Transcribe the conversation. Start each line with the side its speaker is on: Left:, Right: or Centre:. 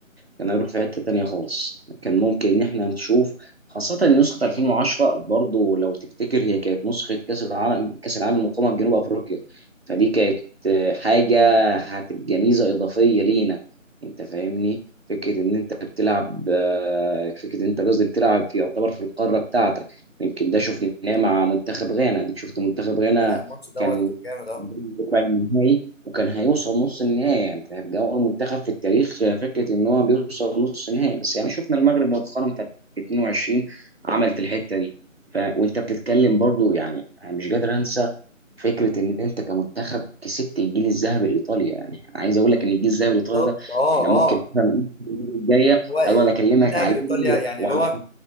Right: كان هيروح في حتة تانية خالص كان ممكن إن إحنا نشوف خاصة إن نسخة 2010 برضو لو تفتكر هي كانت نسخة كأس العالم كأس العالم المقامة في جنوب أفريقيا فدي كانت آه، حاجة هتبقى ميزة إضافية لينا أنت فاهمني فكرة إن أنت بتلعب آه، فكرة إن أنت قصدي بتلعب في يعتبر في القارة بتاعتك يمكن ده شفناه مع منتخب غانا أديك شفت منتخب غانا
Left: آه، لا الماتش دوت
Right: كان
Left: كان جامد اه
Right: ربع النهائي وكان هيوصل نص النهائي يعني كانت اول منتخب في التاريخ آه، فكره ان هو بيوصل نص النهائي بس يعني شفنا المغرب مؤخرا في 22 عملت الحته دي ف... وانت بتتكلم برضو يعني انا مش قادر انسى فكره ان انت كمنتخب كسبت الجيل الذهبي الايطالي يعني عايز اقول لك ان الجيل الذهبي الايطالي
Left: بالظبط
Right: ده
Left: اه
Right: احنا ممكن
Left: اه
Right: مثلا المره الجايه
Left: اللي هو إيه،
Right: اقعد اكلمك
Left: الذهاب
Right: عليه
Left: لإيطاليا يعني
Right: وعلى
Left: اللي هو